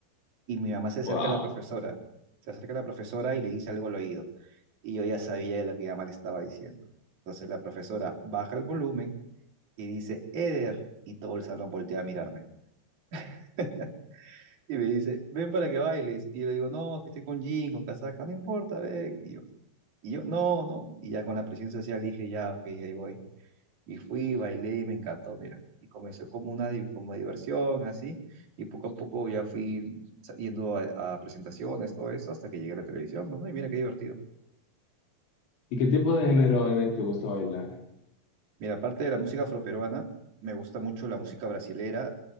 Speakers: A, on the right (about 40°); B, on the left (about 70°).
A: Y mi mamá se acerca
B: Wow.
A: a la profesora, se acerca a la profesora y le dice algo al oído. Y yo ya sabía de lo que mi mamá le estaba diciendo. Entonces la profesora baja el volumen y dice, Eder, y todo el salón voltea a mirarme. <laughs> Y me dice, ven para que bailes. Y yo le digo, no, que estoy con jean, con casaca, no importa, ven. Y yo, no, no. Y ya con la presión social dije, ya, ok, ahí voy. Y fui, bailé y me encantó, mira. Y comenzó como una di- como diversión, así. Y poco a poco ya fui yendo a, a presentaciones, todo eso, hasta que llegué a la televisión. Bueno, y mira qué divertido.
B: ¿Y qué tipo de género es te gusta bailar?
A: Mira, aparte de la música afroperuana, me gusta mucho la música brasilera